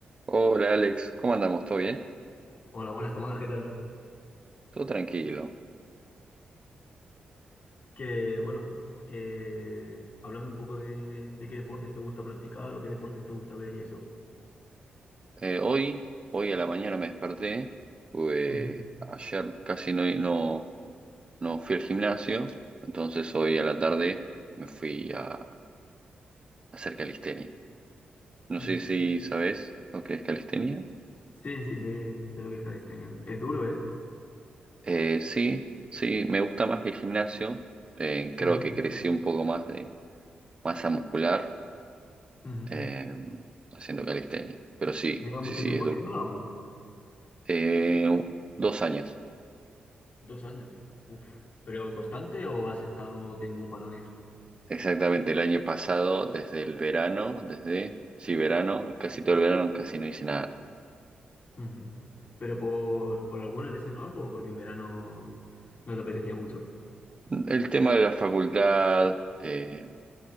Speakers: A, on the right; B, on the left.
A: Hola Alex, ¿cómo andamos? ¿Todo bien?
B: Hola, buenas, Tomás, ¿qué tal?
A: Todo tranquilo.
B: Que bueno, eh, háblame un poco de, de qué deportes te gusta practicar o qué deportes te gusta ver y eso.
A: Eh, hoy, hoy a la mañana me desperté, tuve-
B: Ujú,
A: ayer casi no, no, no fui al gimnasio, entonces hoy a la tarde me fui a, a hacer calistenia. No
B: ujú.
A: sé si sabes lo que es calistenia.
B: Sí, sí, sé, sé lo que es calistenia. Es duro, ¿eh?
A: Eh, sí, sí, me gusta más que el gimnasio. Eh, creo
B: Ujú,
A: que crecí un poco más de masa muscular
B: ujú.
A: eh, haciendo calistenia, pero sí,
B: ¿Llevas
A: sí,
B: mucho
A: sí,
B: tiempo
A: es duro.
B: haciéndola o no?
A: Eh, dos años.
B: Dos años. Uf. ¿Pero constante o has estado teniendo parones?
A: Exactamente, el año pasado, desde el verano, desde, sí, verano, casi todo el verano, casi no hice nada.
B: Ujú. ¿Pero por, por alguna lesión o algo o porque en verano no te apetecía mucho?
A: El tema de la facultad eh,